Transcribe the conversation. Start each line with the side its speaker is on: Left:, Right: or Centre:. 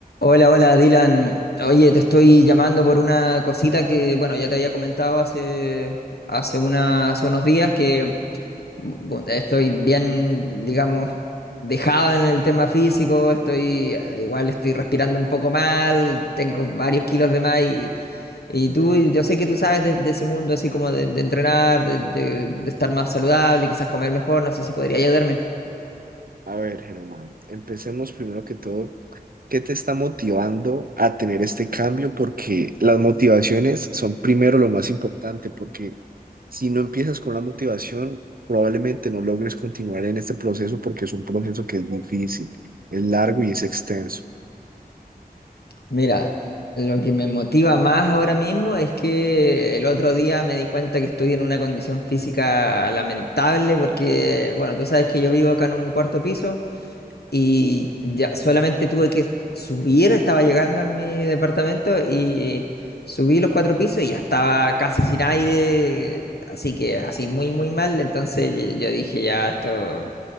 Left: Hola, hola Dylan. Oye, te estoy llamando por una cosita que, bueno, ya te había comentado hace, hace, una, hace unos días que bu- estoy bien, digamos, dejado en el tema físico, estoy, ah, igual estoy respirando un poco mal, tengo varios kilos de más y, y tú, yo sé que tú sabes de, de ese mundo así como de, de entrenar, de, de de estar más saludable, quizás comer mejor, no sé si podría ayudarme.
Right: A ver, Germán, empecemos primero que todo. ¿Qué te está motivando a tener este cambio? Porque las motivaciones son primero lo más importante, porque si no empiezas con una motivación, probablemente no logres continuar en este proceso porque es un proceso que es difícil, es largo y es extenso.
Left: Mira, lo que me motiva más ahora mismo es que el otro día me di cuenta que estoy en una condición física lamentable porque, bueno, tú sabes que yo vivo acá en un cuarto piso y ya solamente tuve que subir, estaba llegando a mi departamento y subí los cuatro pisos y ya estaba casi sin aire, así que así muy, muy mal, entonces yo dije, ya, esto